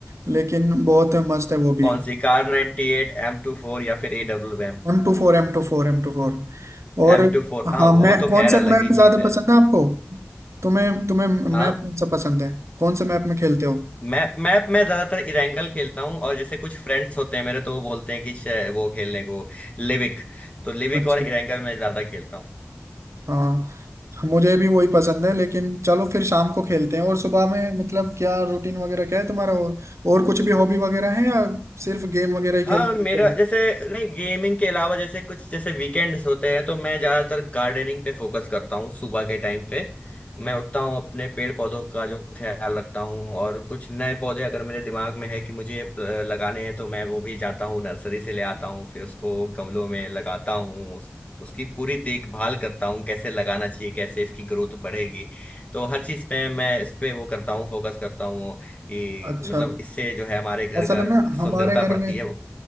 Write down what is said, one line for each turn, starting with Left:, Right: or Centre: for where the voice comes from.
Right: लेकिन बहुत मस्त है वो भी
Left: कौन सी Kar 98 eight M two four या फिर A W M
Right: One two four एम टू फोर एम टू फोर और
Left: M two four हाँ
Right: हाँ
Left: वो
Right: मैं
Left: तो
Right: कौन
Left: खैर
Right: से
Left: अलग
Right: मैप
Left: ही
Right: ज्यादा
Left: चीज है
Right: पसंद है आपको तुम्हें तुम्हें मैप
Left: हाँ?
Right: कौन सा पसंद है कौन से मैप में खेलते हो
Left: मैप मैप में ज्यादातर इरेंगल खेलता हूँ और जैसे कुछ फ्रेंड्स होते हैं मेरे तो वो बोलते हैं कि शे- वो खेलने को लिविक तो लिविक
Right: अच्छा
Left: और इरेंगल में ज्यादा खेलता हूँ
Right: हाँ मुझे भी वही पसंद है लेकिन चलो फिर शाम को खेलते हैं और सुबह में मतलब क्या रूटीन वगैरह क्या है तुम्हारा और और कुछ भी हॉबी वगैरह है या सिर्फ गेम वगैरह ही खेलते
Left: हाँ मेरा
Right: रहते हो
Left: जैसे नहीं गेमिंग के अलावा जैसे कुछ जैसे वीकेंड्स होते हैं तो मैं ज्यादातर गार्डनिंग पे फोकस करता हूँ सुबह के टाइम पे मैं उठता हूँ अपने पेड़ पौधों का जो ख्याल रखता हूँ और कुछ नए पौधे अगर मेरे दिमाग में है कि मुझे ये अ, लगाने हैं तो मैं वो भी जाता हूँ नर्सरी से ले आता हूँ फिर उसको गमलों में लगाता हूँ उस, उसकी पूरी देखभाल करता हूँ कैसे लगाना चाहिए कैसे इसकी ग्रोथ बढ़ेगी तो हर चीज़ पे मैं इस पे वो करता हूँ फोकस करता हूँ कि
Right: अच्छा
Left: मतलब इससे जो है हमारे घर
Right: असल
Left: का
Right: में हमारे
Left: सुंदरता
Right: घर
Left: बढ़ती
Right: में
Left: है